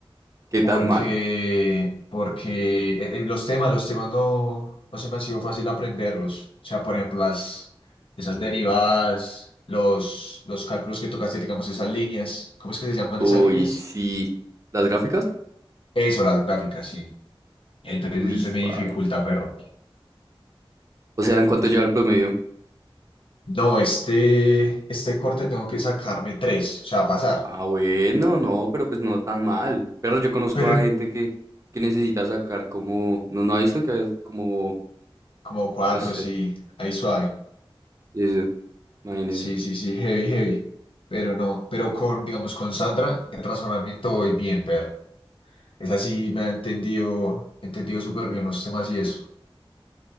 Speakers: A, on the right; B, on the left.
A: ¿Qué
B: porque,
A: tan mal?
B: porque eh, eh, los temas, los temas no, no se me ha sido fácil aprenderlos. O sea, por ejemplo, las, esas derivadas, los, los cálculos que tocaste, digamos, esas líneas, ¿cómo es que se llaman
A: Uy,
B: esas líneas?
A: sí. ¿Las gráficas?
B: Eso, las gráficas, sí. Entonces
A: Uy,
B: eso
A: suave.
B: se me dificulta, perro.
A: O sea, ¿en cuánto lleva el promedio?
B: No, este, este corte tengo que sacarme tres, o sea, pasar.
A: Ah, bueno, no, pero pues no tan mal. Pero yo conozco
B: Pero
A: a
B: el-
A: gente que, que necesita sacar como... No, no ha visto que haga como...
B: como cuatro,
A: No sé,
B: sí, ahí suave.
A: eso, imagínese.
B: Sí, sí, sí, heavy, heavy. Pero no, pero con, digamos, con Sandra, el razonamiento voy bien, perro. Es así, me ha entendido, entendido súper bien los temas y eso.